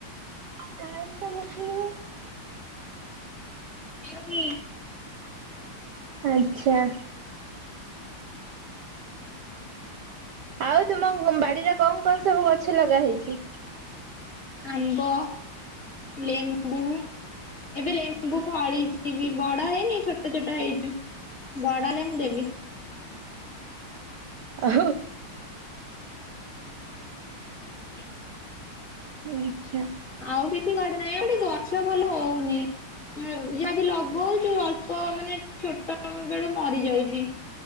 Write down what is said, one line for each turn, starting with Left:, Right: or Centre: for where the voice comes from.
Right: କାହିଁକି ତମେ ସୁଣିବ।
Left: କିଁ।
Right: ଆଚ୍ଛା। ଆଉ ତୁମ ବାଡିରେ କଂ କଂ ସବୁ ଗଛ ଲଗା ହେଇଚି।
Left: ଆମ୍ବ ଲେମ୍ବୁ। ଏବେ ଲେମ୍ବୁ ଫଳିଛି ବି ବଡ ହେଇନି ଛୋଟ ଛୋଟ ହେଇଚି। ବଡ ନେମ୍ବୁ ଦେବି।
Right: ଓ
Left: <inaudible>
Right: ଆଁଚ୍ଛା।
Left: ଆଉ କିଛି ଘରେ ନାହିଁ ଆଉ ଏଠେ ଗଛ ଭଲ ହଉନି। ଇା ଯାବି ଲଗଉଚୁ ଅଳ୍ପ ମାନେ ଛୋଟ ବେଳୁ ମରି ଯାଉଚି।